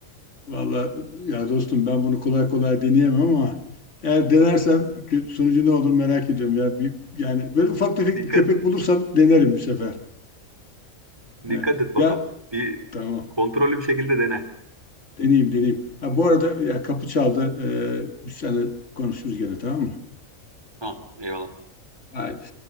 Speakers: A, on the left (about 60°); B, on the right (about 20°).
A: vallahi ya dostum ben bunu kolay kolay deneyemem ama eğer denersem kö- sonucu ne olur merak ediyorum ya. Bir, yani böyle ufak tefek
B: Dikkat,
A: bir köpek bulursam denerim bir sefer. He.
B: dikkat et bakalım.
A: Ya
B: Bir
A: tamam
B: kontrollü bir şekilde dene.
A: deneyeyim deneyeyim. Ha, bu arada ya kapı çaldı. Ee, biz seninle konuşuruz gene tamam mı?
B: Tamam, eyvallah.
A: Haydi.